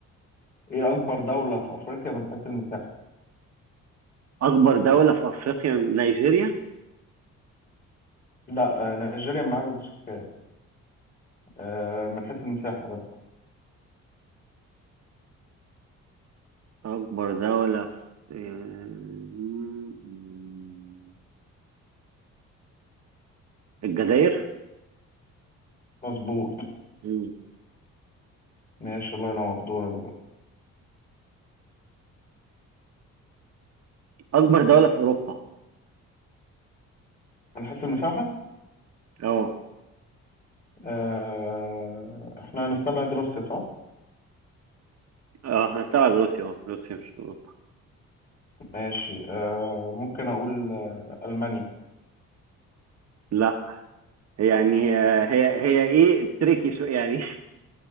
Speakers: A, on the left; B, on the right.
A: ايه اكبر دولة في افريقيا من حيث المساحة
B: أكبر دولة في أفريقيا نيجيريا
A: لا آه، نيجيريا من عدد السكان آه، من حيث المساحة بس
B: أكبر دولة في مم، مم. الجزائر
A: مظبوط
B: مم.
A: ماشي الله ينور دورك بقى
B: أكبر دولة في أوروبا
A: من حيث المساحة
B: اه
A: آه، احنا هنستبعد روسيا صح
B: اه هنستبعد روسيا اه روسيا مش في أوروبا
A: ماشي آه ممكن أقول آه ألمانيا
B: لا يعني آه، هي هي ايه تريكي شو يعني <laughs>